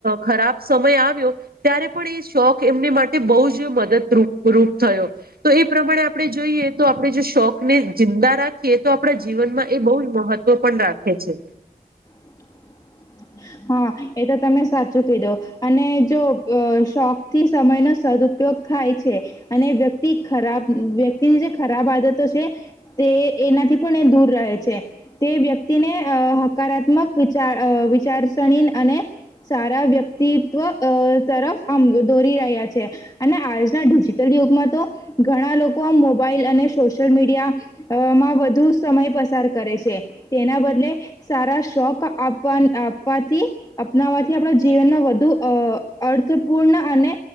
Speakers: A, on the right; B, on the left.
A: ખરાબ સમય આવ્યો ત્યારે પણ એ શોખ એમને માટે બહુ જ મદદરૂપરૂૂપ થયો તો એ પ્રમાણે આપણે જોઈએ તો આપણે જો શોખને જિંદા રાખીએ તો આપણા જીવનમાં એ બહુ જ મહત્વ પણ રાખે છે
B: <inaudible> હા એ તો તમે સાચું કીધો અને જો અ શોખથી સમયનો સદુપયોગ થાય છે અને વ્યક્તિ ખરાબ વ્યક્તિની જે ખરાબ આદતો છે તે એનાથી પણ એ દૂર રહે છે તે વ્યક્તિ તિને હકારાત્મક વિચાર અ વિચાર ણી અને સારા વ્યક્તિત્વ તરફ આમ દોરી રહ્યા છે અને આજના ડિજિટલ યુગમાં તો ઘણા લોકો આ મોબાઈલ અને સોશિયલ મીડિયામાં વધુ સમય પસાર કરે છે તેના બદલે સારા શોખ આપવા આપ થી અપનાવાથી આપણા જીવનમાં વધુ અ અર્થપૂર્ણ અને